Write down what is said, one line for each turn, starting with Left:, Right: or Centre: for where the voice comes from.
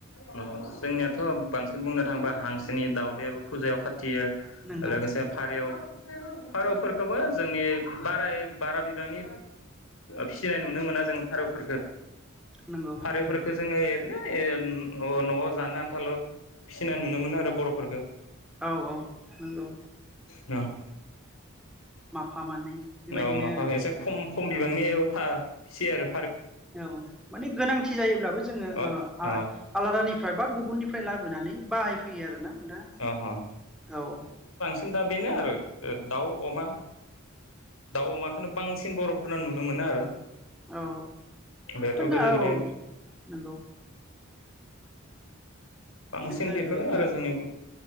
Left: उम जोंनियाथ'
Centre: बेबायदि
Left: बांसिन बुंनो थाङोबा हांसोनि दाउदैआबो फुजायाव खा थियो
Centre: नंगौ
Left: लोगोसे फारेव फारौफोरखौबो जोंनि बाराय बारा बिबांनि फिसिनाय नुनो मोना जों फारौफोरखौ
Centre: नंगौ
Left: फारैफोरखो जोङो <unintelligible> अ' न'आव जानो आन्थाल' फिसिनाय नुनो मोनो आरो बर'फोरखो।
Centre: औ औ नंगौ
Left: न'
Centre: माफा मानै बेबायदिनो
Left: औ माफा एसे खम खम बिबांनि
Centre: औ
Left: ओ फा सेेर
Centre: औ माने गोनांथि जायोब्लाबो जोङो
Left: अ
Centre: ओ आ-आलादानिफ्राय
Left: अ
Centre: बा गुबुननि फ्राय लाबोनानै बाहायफैयो आरोना दा
Left: अ अ
Centre: औ।
Left: <unintelligible> दा बेनो आरो ओ दाउ अमा दाउ अमाखोनो बांसिन बर'फोरनाव नुनो मोनो आरो।
Centre: औ
Left: बेथ'
Centre: मोन
Left: गोदो
Centre: औ
Left: गोदाय
Centre: नंगौ
Left: बांसिन
Centre: गो
Left: बेफोरो
Centre: गो
Left: आरो जोंनि